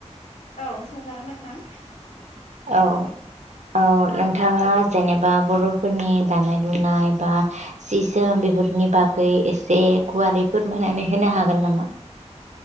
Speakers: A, on the left (about 65°); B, on the right (about 80°).
A: औ सोंजागोन नोंथां।
B: औ-औ <unintelligible> नोंथाङा जेनेबा बर'फोरनि दानाय-लुनाय बा सि जोम बेफोरनि बागै एसे गुवारै फोरमायनानै होनो हागोन नामा।